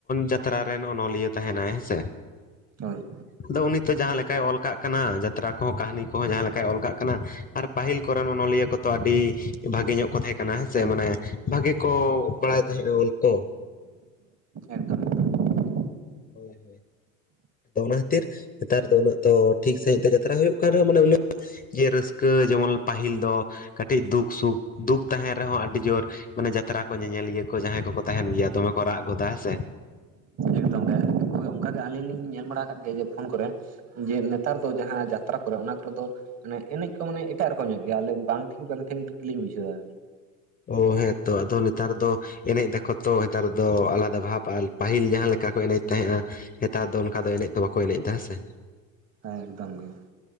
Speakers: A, on the left; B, on the right.
A: ᱡᱟᱛᱨᱟ ᱨᱮᱱ ᱚᱱᱚᱞᱤᱭᱟᱹ ᱛᱟᱦᱮᱱᱟᱭ ᱦᱮᱸᱥᱮ
B: ᱦᱳᱭ
A: ᱟᱫᱚ ᱩᱱᱤ ᱛᱚ ᱡᱟᱦᱟᱸ ᱞᱮᱠᱟᱭ ᱚᱞ ᱠᱟᱜ ᱠᱟᱱᱟ ᱡᱟᱛᱨᱟ ᱠᱚᱦᱚᱸ ᱠᱟᱹᱦᱱᱤ ᱠᱚᱦᱚᱸ ᱡᱟᱦᱟᱸ ᱞᱮᱠᱟᱭ ᱚᱞ ᱠᱟᱜ ᱠᱟᱱᱟ ᱟᱨ ᱯᱟᱹᱦᱤᱞ ᱠᱚᱨᱮᱱ ᱚᱱᱚᱞᱤᱭᱟᱹ ᱠᱚᱫᱚ ᱟᱹᱰᱤ ᱵᱷᱟᱜᱮ ᱧᱚᱜ ᱠᱚ ᱛᱟᱦᱮᱸ ᱠᱟᱱᱟ ᱦᱮᱸ ᱥᱮ ᱢᱟᱱᱮ ᱵᱷᱟᱜᱤ ᱠᱚ ᱵᱟᱲᱟᱭ ᱛᱟᱦᱮᱸᱜᱼᱟ ᱚᱞ ᱠᱚ
B: ᱮᱠᱫᱚᱢ ᱮᱠᱫᱚᱢ
A: ᱦᱳᱭ ᱦᱳᱭ ᱟᱫᱚ ᱚᱱᱟ ᱠᱷᱟᱹᱛᱤᱨ ᱱᱮᱛᱟᱨ ᱫᱚ ᱩᱱᱟᱹᱜ ᱫᱚ ᱴᱷᱤᱠ ᱥᱟᱺᱦᱤᱡ ᱫᱚ ᱡᱟᱛᱨᱟ ᱦᱩᱭᱩᱜ ᱠᱟᱱ ᱨᱮᱦᱚᱸ ᱢᱟᱱᱮ ᱩᱱᱟᱹᱜ ᱡᱮ ᱨᱟᱹᱥᱠᱟᱹ ᱡᱮᱢᱚᱱ ᱯᱟᱹᱦᱤᱞ ᱫᱚ ᱠᱟᱹᱴᱤᱡ ᱫᱩᱠ ᱥᱩᱠ ᱫᱩᱠ ᱛᱟᱦᱮᱱ ᱨᱮᱦᱚᱸ ᱟᱹᱰᱤ ᱡᱳᱨ ᱢᱟᱱᱮ ᱡᱟᱛᱨᱟ ᱠᱚ ᱧᱮᱧᱮᱞᱤᱭᱟᱹ ᱠᱚ ᱡᱟᱦᱟᱸᱭ ᱠᱚᱠᱚ ᱛᱟᱦᱮᱱ ᱜᱮᱭᱟ ᱫᱚᱢᱮ ᱠᱚ ᱨᱟᱜ ᱜᱚᱫᱟ ᱦᱮᱸ ᱥᱮ
B: ᱮᱠᱫᱚᱢ ᱦᱳᱭ ᱚᱱᱠᱟᱜᱮ ᱟᱹᱞᱤᱧ ᱞᱤᱧ ᱧᱮᱞ ᱵᱟᱲᱟ ᱟᱠᱟᱫ ᱜᱮᱭᱟ ᱡᱮ ᱯᱷᱳᱱ ᱠᱚᱨᱮ ᱡᱮ ᱱᱮᱛᱟᱨ ᱫᱚ ᱡᱟᱦᱟᱸ ᱡᱟᱛᱨᱟ ᱠᱚᱨᱮ ᱚᱱᱟ ᱠᱚᱨᱮ ᱫᱚ ᱢᱟᱱᱮ ᱮᱱᱮᱡ ᱠᱚ ᱢᱟᱱᱮ ᱮᱴᱟᱜ ᱨᱚᱠᱚᱢ ᱧᱚᱜ ᱜᱮᱭᱟ ᱟᱞᱮ ᱵᱟᱝ ᱴᱷᱤᱠ ᱵᱟᱝ ᱴᱷᱤᱠᱞᱤᱧ ᱵᱩᱡᱷᱟᱹᱣᱟ
A: ᱚ ᱦᱮᱸᱛᱚ ᱟᱫᱚ ᱱᱮᱛᱟᱨ ᱫᱚ ᱮᱱᱮᱡ ᱫᱟᱠᱚ ᱛᱚ ᱱᱮᱛᱟᱨ ᱫᱚ ᱟᱞᱟᱫᱟ ᱵᱷᱟᱵᱽ ᱟᱨ ᱯᱟᱹᱦᱤᱞ ᱡᱟᱦᱟᱸ ᱞᱮᱠᱟ ᱠᱚ ᱮᱱᱮᱡ ᱛᱟᱦᱮᱸᱜᱼᱟ ᱱᱮᱛᱟᱨ ᱫᱚ ᱚᱱᱠᱟ ᱫᱚ ᱮᱱᱮᱡ ᱫᱚ ᱵᱟᱠᱚ ᱮᱱᱮᱡ ᱮᱫᱟ ᱦᱮᱸ ᱥᱮ
B: ᱦᱮᱸ ᱮᱠᱫᱚᱢ ᱜᱮ